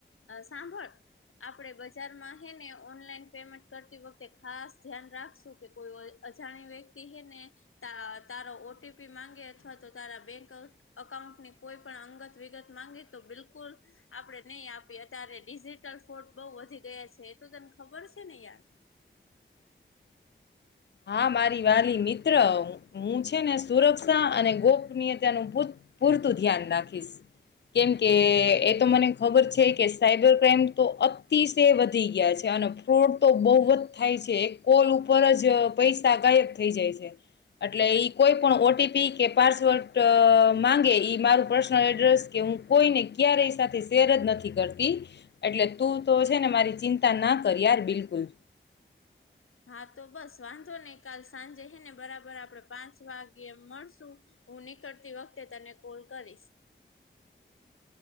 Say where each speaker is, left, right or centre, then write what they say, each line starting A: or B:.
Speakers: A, on the left (about 85°); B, on the left (about 55°).
A: સાંભળ આપણે બજારમાં હેને ઓનલાઈન પેમેન્ટ કરતી વખતે ખાસ ધ્યાન રાખશું કે કોઈ અજાણી વ્યક્તિ હેને તા.. તારો ઓટીપી માંગે અથવા તો તારા બેંક ઍકાઉન્ટની કોઈપણ અંગત વિગત માંગે તો બિલકુલ આપણે નહીં આપીએ અત્યારે ડિજિટલ ફ્રોડ બહુ વધી ગયા છે એ તો તને ખબર છેને યાર!
B: <inaudible> હા મારી વાલી મિત્ર! હું છેને સુરક્ષા અને ગોપનીયતાનુ પુ.. પૂરતું ધ્યાન રાખીશ કેમ કે એતો મને ખબર છે કે સાયબરક્રાઈમ તો અતિશય વધી ગયા છે. અને ફ્રોડ તો બહુ જ થાય છે એક કોલ ઉપર જ પૈસા ગાયબ થઈ જાય છે. એટલે ઈ કોઈપણ ઓટીપી કે પાસવર્ડ માંગે ઈ મારું પર્સનલ એડ્રેસ કે કોઈને ક્યારેય સાથે શેર જ નથી કરતી એટલે તું તો છેને મારી ચિંતા ના કર કર યાર બિલકુલ
A: હા તો બસ વાંધો નહીં. કાલ સાંજે હેને બરાબર આપણે પાંચ વાગ્યે મળશું હું નીકળતી વખતે તને કોલ કરીશ.
B: <inaudible>